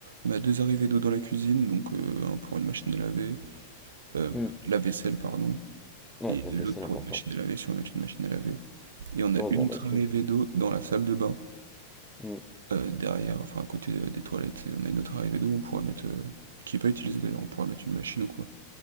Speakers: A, on the right; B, in the centre.
A: on a 2 arrivées d'eau dans la cuisine, donc heu, 1 pour une machine à laver, heu,
B: Hmm,
A: lave-vaisselle pardon
B: Ouais,
A: et l'autre
B: la vaisselle,
A: pour
B: important.
A: une machine à laver si on veut mettre une machine à laver et on a
B: On
A: une
B: va en mettre
A: autre arrivée
B: une.
A: d'eau dans la salle de bain,
B: Hmm,
A: heu, derrière, enfin à côté, heu, des toilettes et on a une autre arrivée d'eau, on pourra mettre, heu, qui est pas utilisée d'ailleurs, on pourrait mettre une machine ou quoi.